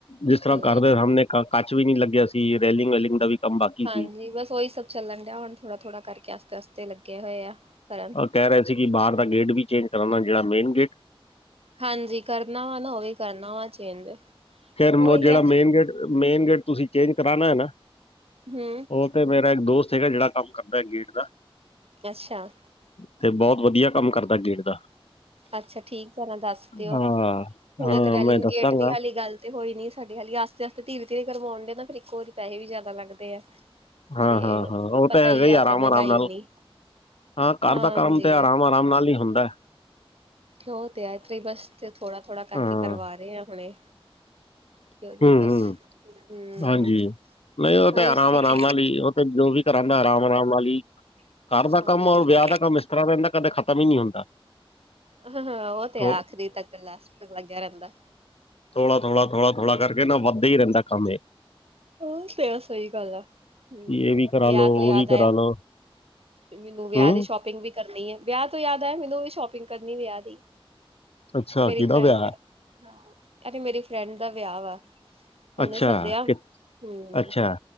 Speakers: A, on the left; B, on the right.
A: ਜਿਸ ਤਰ੍ਹਾਂ
B: ਤੇ
A: ਕਰਦੇ ਸਾਹਮਣੇ ਕ ਕੱਚ ਵੀ ਨੀ ਲੱਗਿਆ ਸੀ ਰੈਲਿੰਗ ਵੈਲਿੰਗ ਦਾ ਵੀ ਕੰਮ ਬਾਕੀ
B: ਹਾਂਜੀ
A: ਸੀ
B: ਬਸ ਓਈ ਸਭ ਚੱਲਣ ਡਿਆ ਹੁਣ ਥੋੜਾ-ਥੋੜਾ ਕਰਕੇ ਆਸਤੇ-ਆਸਤੇ ਲੱਗੇ ਹੋਏ ਆ ਕਰਨ।
A: ਕੈਅ ਰਹੇ ਸੀ ਕਿ ਬਾਅਰ ਦਾ ਗੇਟ ਵੀ ਚੇਂਜ ਕਰਨਾ ਜੇੜਾ ਮੇਨ ਗੇਟ।
B: ਹਾਂਜੀ, ਕਰਨਾ ਵਾ ਨਾ ਉਹ ਵੀ ਕਰਨਾ ਵਾ ਚੇਂਜ
A: ਖੈਰ ਉਹ
B: ਓਹੀ
A: ਜਿਹੜਾ
B: ਆ
A: ਮੇਨ ਗੇਟ ਮੇਨ ਗੇਟ ਤੁਸੀਂ ਚੇਂਜ ਕਰਾਣਾ ਐ ਨਾ?
B: ਹੂੰ
A: ਉਹ ਤੇ ਮੇਰਾ ਇੱਕ ਦੋਸਤ ਹੈਗਾ, ਜਿਹੜਾ ਕੰਮ ਕਰਦਾ ਗੇਟ ਦਾ।
B: ਅੱਛਾ।
A: ਤੇ ਬਹੁਤ ਵਧੀਆ ਕੰਮ ਕਰਦਾ ਗੇਟ ਦਾ।
B: ਅੱਛਾ ਠੀਕ ਹੈ, ਨਾ ਦੱਸ ਦਿਓ,
A: ਹਾਂ
B: ਹੁਣ
A: ਹਾਂ
B: ਤੇ ਰੈਲਿੰਗ
A: ਮੈਂ ਦੱਸਾਂਗਾ
B: ਗੇਟ ਦੀ ਹਾਲੀ ਗੱਲ ਤੇ ਹੋਈ ਨੀ ਸਾਡੀ ਹਾਲੀ ਆਸਤੇ ਆਸਤੇ, ਧੀਰੇ ਧੀਰੇ ਕਰਵਾਉਣ ਡੇ, ਤਾਂ ਫਿਰ ਇੱਕੋ ਵਾਰੀ ਪੈਸੇ ਵੀ ਜ਼ਿਆਦਾ ਲੱਗਦੇ ਆ
A: ਹਾਂ
B: ਤੇ
A: ਹਾਂ, ਉਹ
B: ਪਤਾ
A: ਤਾਂ ਹੈਂਗਾ ਹੀ,
B: ਆ ਉਤਰਾਂ
A: ਆਰਾਮ
B: ਮਹਿੰਗਾਈ
A: ਆਰਾਮ ਨਾਲ,
B: ਇੰਨੀ
A: ਹਾਂ ਘਰ
B: ਹਾਂਜੀ
A: ਦਾ ਕੰਮ ਤੇ ਆਰਾਮ ਆ ਹਾਂ ਮਾਲੀ ਹੁੰਦਾ ਹੈ
B: ਓ ਤੇ ਐ ਤੇ ਬਸ ਥੋੜਾ-ਥੋੜਾ ਕਰਕੇ
A: ਹਾਂ
B: ਕਰਵਾ ਰੲੇ ਆਂ ਹੁਣੇ। ਕਿਉਂਕਿ
A: ਹੂੰ,
B: ਬਸ ਹਮ
A: ਹਾਂਜੀ ਨੲੀਂ ਓ
B: ਉਹੀ
A: ਤੇ ਅਰਾਮ-ਅਰਾਮ
B: ਸੋਚ
A: ਨਾਲ ਵੀ ਓ ਤੇ ਜੋ ਵੀ ਕਰਾਂਦਾ ਰਾਮ ਅਰਾਮ ਆਲੀ, ਕਰ ਦਾ
B: ਹਾਂਜੀ
A: ਕੰਮ ਔਰ ਵਿਆਹ ਦਾ ਕੰਮ ਇਸ ਖਰਾ ਰੈਂਦੈ ਕਦੇ ਖਤਮ ਈ ਨੀ ਹੁੰਦਾ।
B: ਅਹੰ ਹੰ ਓ ਤੇ
A: ਥੋ
B: ਆਖਰੀ ਤੱਕ ਲਾਸਟ ਤ ਲੱਗਾ ਰੈਂਦੈ।
A: ਥੋੜਾ-ਥੋੜਾ-ਥੋੜਾ-ਥੋੜਾ ਕਰਕੇ ਨਾ ਵੱਦਾ ਈ ਰਹਿੰਦੈ ਕੰਮ ਏ।
B: ਉਹ ਤੇ ਸਹੀ ਗੱਲ ਆ ਹਮ
A: ਇਹ ਵੀ ਕਰਾ
B: ਵਿਆਹ
A: ਲੋ
B: ਤੋਂ ਯਾਦ
A: ਉਹ ਵੀ ਕਰਾ
B: ਆਇਆ
A: ਲੋ
B: ਮੈਨੂੰ ਵਿਆ
A: ਹੂੰ
B: ਦੀ ਸ਼ੋਪਿੰਗ ਵੀ ਕਰਨੀ ਐ ਵਿਆ ਤੋਂ ਯਾਦ ਆ ਮੈਨੂੰ ਵੀ ਸ਼ੋਪਿੰਗ ਕਰਨੀ ਵਿਆ ਦੀ
A: ਅੱਛਾ
B: ਮੇਰੀ
A: ਕਿਹਦਾ
B: ਫਰੈਂਡ
A: ਵਿਆਹ
B: ਦਾ, ਅ ਮੇਰੀ ਫਰੈਂਡ ਦਾ ਵਿਆਅ ਵਾ। ਤੇ ਓਨੇ
A: ਅੱਛਾ,
B: ਸੱਦਿਆ,
A: ਕਿ
B: ਹੂੰ,
A: ਅੱਛਾ,